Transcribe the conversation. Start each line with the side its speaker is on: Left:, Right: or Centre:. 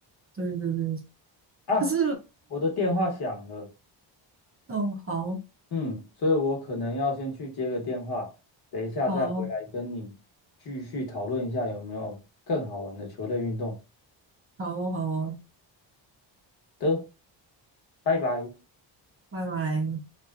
Right: 对对对，
Left: 啊。
Right: 可是
Left: 我的电话响了。
Right: 哦，好
Left: 嗯，所以我可能要先去接个电话，等一下再回来跟你继续讨论一下有没有更好玩的球类运动
Right: 好好哦好哦，
Left: 的，拜拜。
Right: 拜拜。